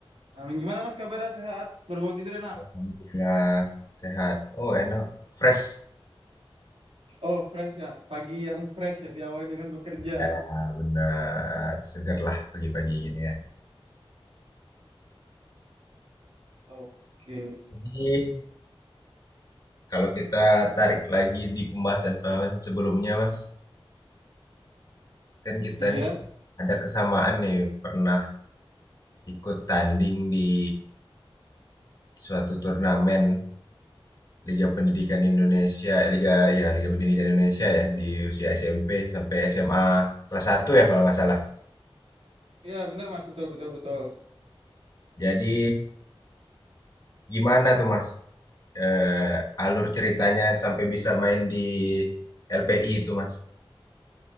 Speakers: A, on the right (about 80°); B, on the left (about 40°).
A: Amin. Gimana Mas kabarnya sehat? Baru bangun tidur enak.
B: Alhamdulillah, sehat. Oh enak, fresh.
A: Oh, fresh ya. Pagi yang fresh ya diawali dengan bekerja.
B: Ya benar, seger lah pagi-pagi ini ya.
A: Oke.
B: Jadi kalau kita tarik lagi di pembahasan-pembahasan sebelumnya Mas, kan kita
A: Iya.
B: nih ada kesamaan nih pernah ikut tanding di suatu turnamen Liga Pendidikan Indonesia, eh, Liga ya Liga Pendidikan Indonesia ya di usia SMP sampai SMA kelas satu ya kalau nggak salah.
A: Iya, benar Mas, betul betul betul.
B: Jadi gimana tuh Mas? Eh, alur ceritanya sampai bisa main di LPI itu Mas?